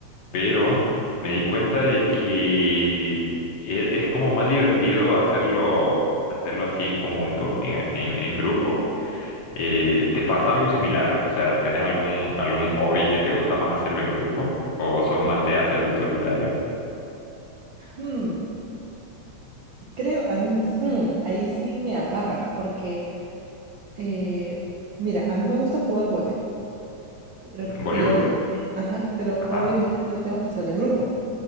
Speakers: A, on the left; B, on the right.
A: Pero me di cuenta de que e- es como más divertido hacerlo, hacerlo así en conjunto, en, en, en grupo. Eh, ¿te pasa algo similar? O sea, ¿tenés algún, algún hobby que te gusta más hacerlo en grupo o son más de hacerlo en solitario?
B: Hmm, creo, ah, mm, hmm, ahí sí me agarras, porque, eh, mira, a mí me gusta jugar vóley, pero,
A: ¿Voleibol?
B: y obviamente, ajá, pero
A: Ajá,
B: obviamente yo tengo que hacerlo en grupo.